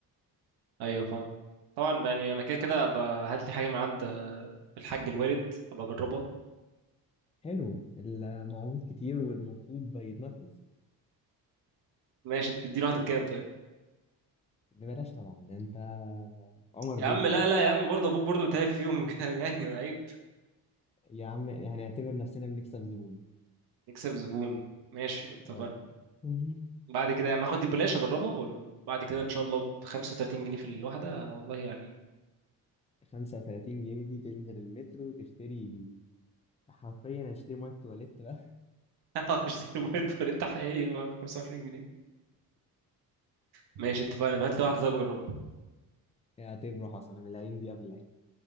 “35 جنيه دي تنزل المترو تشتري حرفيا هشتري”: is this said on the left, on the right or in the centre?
Left